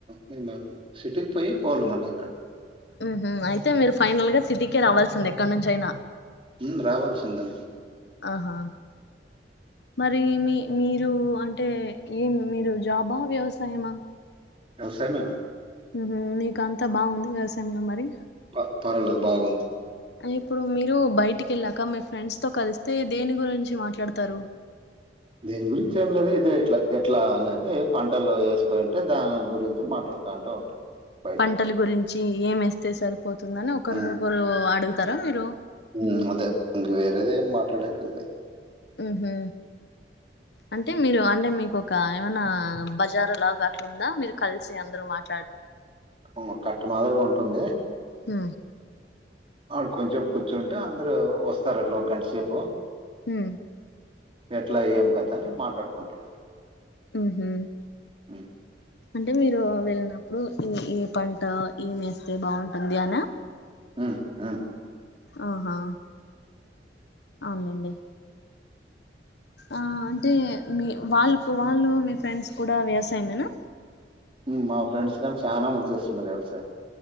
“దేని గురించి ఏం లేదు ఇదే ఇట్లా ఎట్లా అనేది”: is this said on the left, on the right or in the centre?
Right